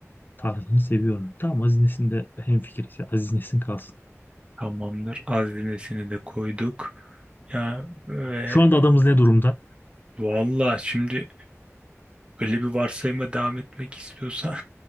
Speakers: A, on the left (about 40°); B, on the right (about 20°).
A: tarzını seviyorum. Tamam Aziz Nesin'de hemfikiriz. ya. Aziz Nesin kalsın.
B: Tamamdır. Aziz Nesin'i de koyduk. Ya ve
A: Şu anda adamız ne durumda?
B: valla şimdi böyle bir varsayıma devam etmek istiyorsan